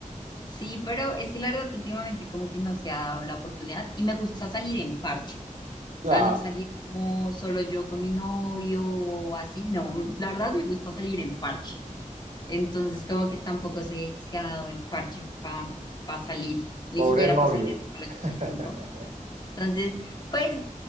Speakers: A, on the left; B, on the right.
A: Sí, pero es que la verdad últimamente como que no se ha dado la oportunidad y me gusta salir en parche. O
B: Ah,
A: sea, no salir como solo yo con mi novio o así, no. La verdad me gusta salir en parche. Entonces, como que tampoco se, se ha dado el parche para salir, ni
B: pobre
A: siquiera
B: novio,
A: para salir como el
B: <laughs>
A: ochenta y cinco Entonces, pues